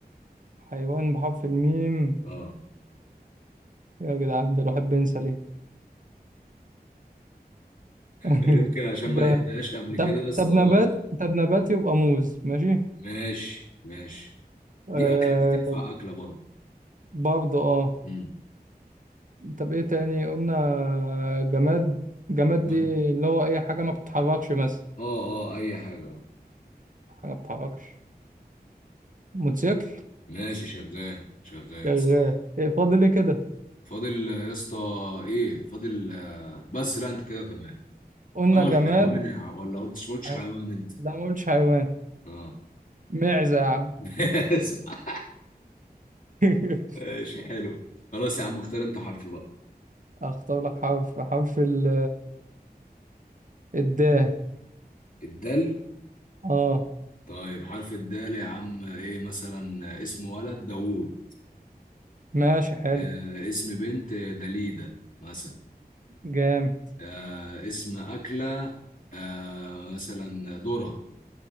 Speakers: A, on the right; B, on the left.
A: حيوان بحرف الميم
B: اه
A: يا جدعان ده الواحد بينسى ليه <laughs>
B: يمكن عشان
A: جماد
B: ما لعبتهاش قبل كده
A: طب
B: يا اسطى
A: طب نبات طب نبات يبقى موز ماشي
B: ماشي ماشي
A: آه
B: دي اكله دي تنفع اكله برضه
A: برضه اه
B: امم
A: طب ايه تاني قلنا جماد جماد
B: جماد.
A: دي اللي هو اي حاجة ما بتتحركش مثلا
B: اه اه اي حاجه آه.
A: حاجة ما بتتحركش موتوسيكل
B: ماشي شغال شغال
A: <laughs> شغال
B: صح
A: ايه فاضل ايه كده
B: فاضل آه، يا اسطى ايه فاضل آه، بس لا انت كده تمام
A: قلنا
B: اه
A: جماد
B: الحيوان يا ع- ولا قلتش ما قلتش
A: ح-
B: حيوان انت
A: لا ما قلتش حيوان
B: اه
A: معزة يا عم
B: <laughs>
A: <laughs>
B: ماشي حلو خلاص يا عم اختار انت حرف بقى
A: اختار لك حرف حرف ال الدال
B: الدال
A: اه
B: طيب حرف الدال يا عم ايه مثلا اسم ولد داوود
A: ماشي حلو
B: آه اسم بنت دليدة مثلا
A: جامد
B: آه اسم أكلة آه مثلا ذرة